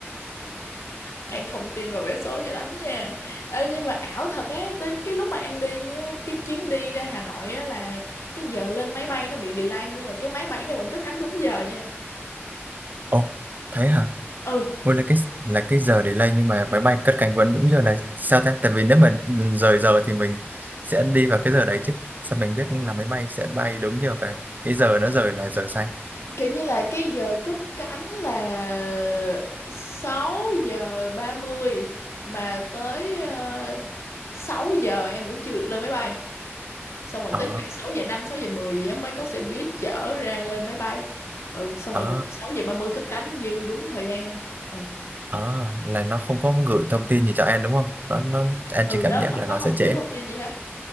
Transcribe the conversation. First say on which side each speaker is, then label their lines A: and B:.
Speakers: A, on the left; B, on the right.
A: An không tin vào vé số cho lắm nha Ê, nhưng mà ảo thật ấy tới cái lúc mà An đi á, cái chuyến đi ra Hà Nội á là cái giờ lên máy bay nó bị delay nhưng mà cái máy bay này vẫn cất cánh đúng giờ nha
B: <laughs> ồ thế hả
A: ừ
B: Ôi là cái là cái giờ delay nhưng mà máy bay cất cánh vẫn đúng giờ này sao ta tại vì nếu mà rời giờ thì mình sẽ đi vào cái giờ đấy chứ sao mình biết là máy bay sẽ bay đúng giờ và cái giờ nó rời là giờ xanh
A: kiểu như là cái giờ cất cánh là sáu giờ ba mươi mà tới uh, 6 giờ An vẫn chưa được lên máy bay xong rồi
B: ờ
A: tới khoảng sáu giờ năm, 6 giờ 10 gì á mới có xe buýt chở ra lên máy bay ừ xong
B: ờ
A: rồi vẫn 6 giờ ba mươi cất cánh như đúng thời gian luôn Ừ.
B: ờ là nó không có gửi thông tin gì cho An đúng không nó nó An
A: ừ
B: chỉ cảm
A: nó
B: giác là
A: nó
B: nó
A: không
B: sẽ
A: gửi
B: trễ
A: thông tin gì hết